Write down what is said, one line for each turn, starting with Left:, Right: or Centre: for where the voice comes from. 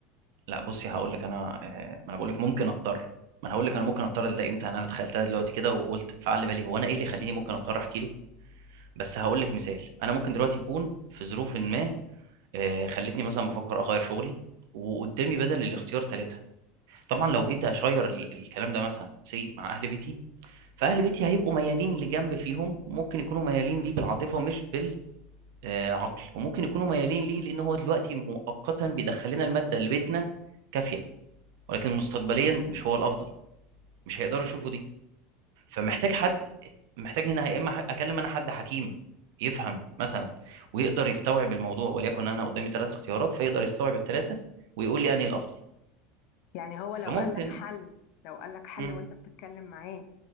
Right: لا بصي هقول لك انا آه، ما انا بقول لك ممكن اضطر ما انا هقول لك انا ممكن اضطر ده امتى انا تخيلتها دلوقتي كده وقلت فعل بالي هو انا ايه اللي يخليني ممكن اضطر احكي له بس هقول لك مثال انا ممكن دلوقتي يكون في ظروف ما آه، خلتني مثلا بفكر اغير شغلي وقدامي بدل الاختيار ثلاثة طبعا لو جيت اشير ال- الكلام ده مثلا سي مع اهل بيتي فاهل بيتي هيبقوا ميالين لجنب فيهم ممكن يكونوا ميالين ليه بالعاطفة مش بال آه، عقل وممكن يكونوا ميالين ليه لان هو دلوقتي مؤقتا بيدخل لنا الماده اللي بيتنا كافيه ولكن مستقبليا مش هو الافضل مش هيقدروا يشوفوا دي فمحتاج
Left: طب
Right: حد محتاج هنا يا اما ح- اكلم انا حد حكيم يفهم مثلا ويقدر يستوعب الموضوع وليكن انا قدامي ثلاث اختيارات فيقدر يستوعب الثلاثه ويقول لي انهي الافضل
Left: يعني هو لو
Right: فممكن
Left: قال لك حل لو قال لك حل
Right: مم،
Left: وانت بتتكلم معاه